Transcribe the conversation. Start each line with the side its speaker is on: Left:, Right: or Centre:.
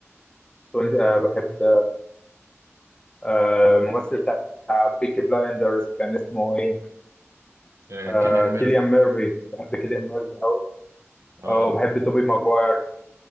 Left: توني آه، بحب آه، ممثل بتاع بيكي بلايندرز كان اسمه ايه
Right: آه
Left: آه،
Right: كيليان
Left: كيليان
Right: ميرفي
Left: ميرفي بحب كيليان ميرفي قوي
Right: اه
Left: اه وبحب توبي ماجواير